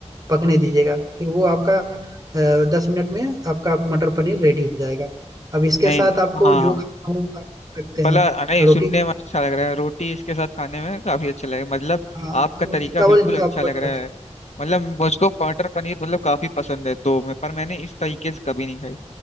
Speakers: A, on the right; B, on the left.
A: पकने दीजिएगा फिर वो आपका अ, दस मिनट में आपका मटर पनीर रेडी हो जाएगा अब इसके
B: नहीं
A: साथ आपको
B: हाँ
A: जो
B: हाँ
A: खाना हो आप खा सकते
B: भला
A: हैं
B: नहीं
A: रोटी
B: सुनने
A: खा-
B: में अच्छा लग रहा है रोटी इसके साथ खाने में काफी अच्छा लगेगा मतलब
A: हाँ,
B: आपका
A: रोटी
B: तरीका
A: चावल
B: बिल्कुल
A: जो
B: अच्छा
A: आपको
B: लग
A: अच्छा
B: रहा
A: लगे
B: है मतलब मुझको मटर पनीर मतलब काफी पसंद है तो मैं पर मैंने इस तरीके से कभी नहीं खाई